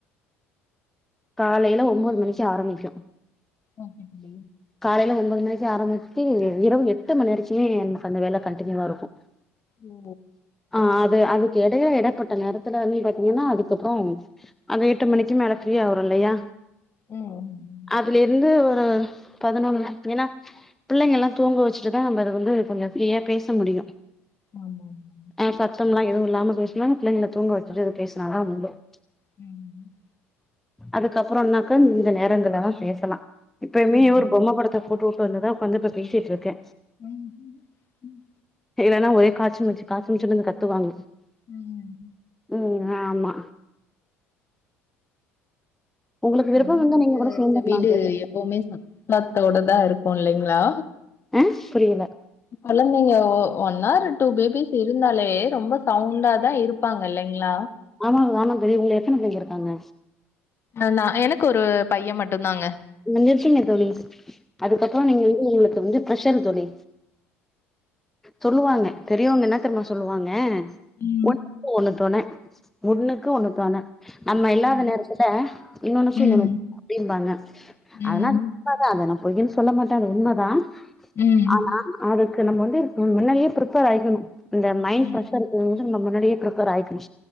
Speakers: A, in the centre; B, on the left.
A: காலையில ஒம்போது மணிக்கு ஆரம்மிக்கு
B: ஓகே தோழி.
A: காலையில ஒம்போது மணி மஞ்சு ஆரம்மிச்சு இரவு எட்டு மணி வரைக்குமே எனக் அந்த வேல கண்டினியூவா இருக்கு
B: ஓ!
A: ஆ அது து அதுக்கு எடைய எடப்பட்ட நேரத்துல வந்து பாத்தீங்கன்னா அதுக்கப்புறோ அந்த எட்டு மணிக்கு மேல செரியா வரல்லையா
B: ம், ம், ம்.
A: அதுல இருந்து து பதினொன்னு ஏன்னா பிள்ளைங்கெல்லா தூங்க வச்சுட்டுதா நம்ம அது வந்து கொஞ்சோ ஃப்ரீயா பேச முடியு
B: ஆமா, ஆமா.
A: ஆ சத்தம் எல்லா எதுவு இல்லாம பேஸ் <unintelligible> தூங்க வச்சுட்டு எது பேசுனாதா உண்டு ம்ச்
B: ம்
A: அதுக்கப்பறோம்னாக்கா இந்த நேரங்கல்லதா பேசலா இப்பயுமே
B: ம்,
A: இவர் பொம்மப்படத்த போட்டுட் ப்ப வந்துதா ஒக்காந்து பேசிட்டுருக்க
B: ம்ம் ம்
A: இல்லன்னா ஒரே காச்சு மூச்சு காச்சு மூச்சுன்னு கத்துவாங்க
B: ம்
A: ம் ஆமா உங்களுக்கு விருப்பம்
B: கொழந்தைங்க
A: இருந்தா நீங்க கூட
B: இருக்க
A: சேந்துக்கலா
B: வீடு
A: தோழி
B: எப்புமே சத்தத்தோடதா இருக் போன்ல்லைங்களா
A: ஆ புரியல
B: கொழந்தைங்க ஓ ஒன் ஹார் டூ பேபிஸ் இருந்தாலே ரொம்ப சவுண்டாதா இருப்பாங்க இல்லைங்களா
A: அ ஆமாங்க தோழி உங்களுக்கு எத்தன பிள்ளைங்க இருக்காங்க
B: ந நா எனக்கு ஒரு பைய மட்டுந்தாங்க
A: முடிஞ்ச்சிருச்சுங்க தோழி அதுக்கப்பறோ நீங்க வந்து உங்களுக்கு வந்து பிரஷர் தோழி சொல்லுவாங்க பெரியவங்க என்ன தெரியுமா சொல்லுவாங்க
B: ம்,
A: ஒண்ணுக்கு ஒண்ணு தொன ஒண்ணுக்கு ஒண்ணு தொன நம்ம இல்லாத
B: ம்,
A: நேரத்துல இன்னொன்னுக்கு
B: ம்,
A: இன்னொன்னு அப்படிபாங்க
B: ம்,
A: அதெல்லா உண்மதா நா பொய்ன்னு சொல்ல மாட்ட அது உண்மதா
B: ம்,
A: ஆனா அதுக் கு நம்ம வந்து முன்னாடியே பிரிப்பேர் ஆயிக்கணு இந்த மைண்ட்
B: ம்,
A: ஃப்ரெஷர்ருக்கு நம்ம முன்னாடியே ப்ரிப்பேர் ஆயிக்கனு